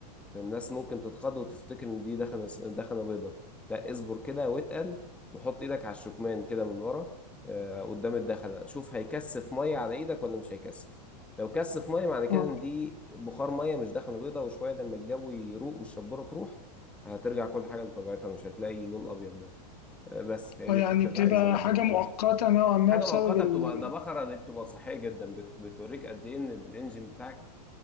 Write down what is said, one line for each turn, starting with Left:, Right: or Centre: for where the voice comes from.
Centre: الناس ممكن تتخض وتفتكر ان دي دخنه دخنه بيضه لا اصبر كده واتقل وحط ايدك على الشكمان كده من ورا آه، قدام الدخنه شوف هيكثف ميه على ايدك ولا مش هيكثف لو كثف ميه معنى كده
Left: اه
Centre: ان دي بخار ميه مش دخنه بيضه وشويه لما الجو يروق والشبوره تروح هترجع كل حاجه لطبيعتها مش هتلاقي لون ابيض ده آه، بس هي
Left: آه،
Centre: دي
Left: يعني
Centre: الحته
Left: بتبقى
Centre: اللي عايز انبهك
Left: حاجة مؤقتة
Centre: عليها
Left: نوعا ما
Centre: حاجه
Left: بسبب
Centre: مؤقته
Left: ال...
Centre: بتبقى ده بخره دي بتبقى صحيه جدا بت- بتوريك قد ايه ان الانجن بتاعك